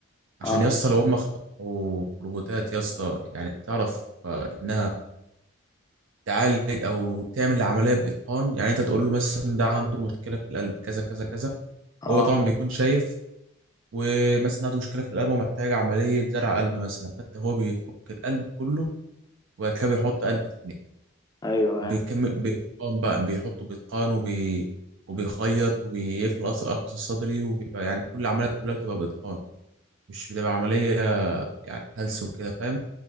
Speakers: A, on the right; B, on the left.
A: عشان
B: اه
A: يا اسطى لو هم اخترعوا روبوتات يا اسطى يعني تعرف آه، انها تعالج او تعمل العمليه باتقان يعني انت تقول له مثلا ده عنده مشكله في القلب كذا كذا كذا
B: اه
A: وهو طبعا بيكون شايف ومثلا عنده مشكله في القلب ومحتاج عمليه زرع قلب مثلا فانت هو بيفك القلب كله وبعد كده بيحط قلب تاني
B: ايوه ايوه
A: بيكم بيتقان بقى بيحطه بيتقان وبي... وبيخيط وبيقفل قص- القفص الصدري وبيبقى يعني كل العمليه كلها بتبقى بإتقان مش بتبقى عمليه يعني هلس وكده فاهم